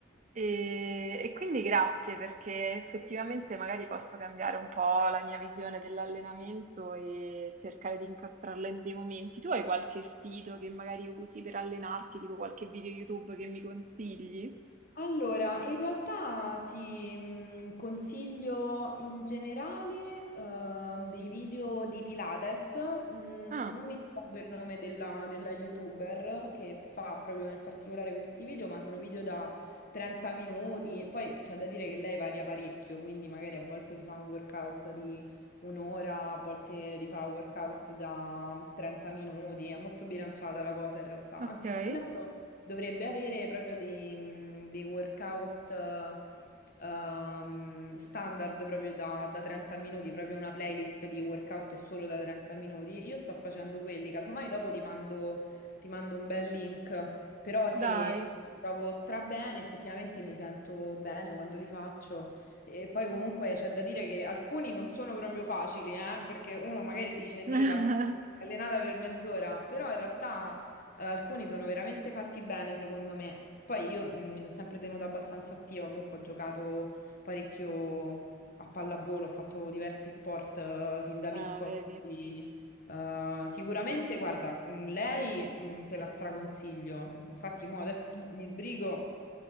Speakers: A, on the right (about 40°); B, on the left (about 45°).
A: E, e quindi grazie perché effettivamente magari posso cambiare un po' la mia visione dell'allenamento e cercare di incastrarla in dei momenti. Tu hai qualche sito che magari usi per allenarti, tipo qualche video YouTube che mi consigli?
B: Allora, in realtà ti mh, consiglio in generale ehm, dei video di Pilates. Mh,
A: Ah,
B: non mi ricordo il nome della, della YouTuber che fa proprio nel particolare questi video, ma sono video da 30 minuti. Poi c'è da dire che lei varia parecchio, quindi magari a volte ti fa un workout di un'ora, a volte ti fa un workout da 30 minuti. È molto bilanciata la cosa in realtà.
A: ok,
B: Anzi, se non erro. Dovrebbe avere proprio dei, mhmm, dei workout eh, ehm, standard proprio da, da 30 minuti, proprio una playlist di workout solo da 30 minuti. Io sto facendo quelli, casomai dopo ti mando, ti mando un bel link, però
A: dai.
B: sì, mi trovo stra bene, effettivamente mi sento bene quando li faccio. E poi comunque c'è da dire che alcuni non sono proprio facili, eh, perché uno magari dice sì,
A: <laughs>
B: vabbè, allenata per mezz'ora, però in realtà... Eh, alcuni sono veramente fatti bene, secondo me. Poi io mh, mi sono sempre tenuta abbastanza attiva, comunque ho giocato parecchio a pallavolo, ho fatto diversi sport eh, sin da
A: Ah,
B: piccola.
A: vedi.
B: quindi, eh, sicuramente, guarda, mh, lei mh, te la straconsiglio. Infatti, mo adesso mi sbrigo,